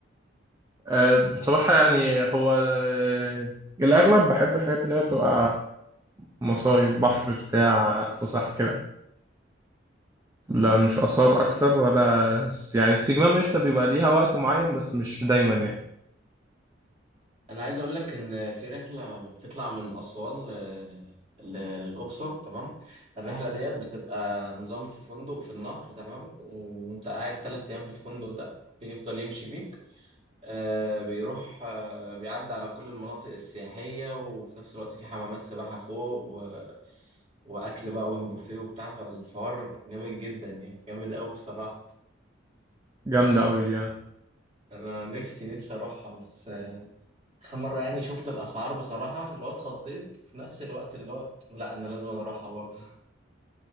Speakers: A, on the right; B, on the right.
A: آه، بصراحه يعني هو آه، الاغلب بحب الحاجات اللي هي بتبقى مصايف بحر بتاع فسح كده لا مش آثار أكتر ولا س- يعني السجمام قشطة بيبقى ليها وقت معين بس مش دايما يعني
B: انا عايز اقول لك ان في رحله بتطلع من اسوان ل... ل... للاقصر تمام الرحله ديت بتبقى نظام في فندق في النهر تمام وانت قاعد ثلاث ايام في الفندق ده بيفضل يمشي بيك آه بيروح آه بيعدي على كل المناطق السياحية وفي نفس الوقت في حمامات سباحة فوق و... وأكل بقى أوبن بوفيه وبتاع فالحوار جامد جدا يعني جامد أوي بصراحة
A: جامدة أوي دي يعني
B: أنا نفسي نفسي أروحها بس آه، آخر مرة يعني شفت الأسعار بصراحة اللي هو اتخضيت في نفس الوقت اللي هو لأ أنا لازم أروحها برضه <laughs>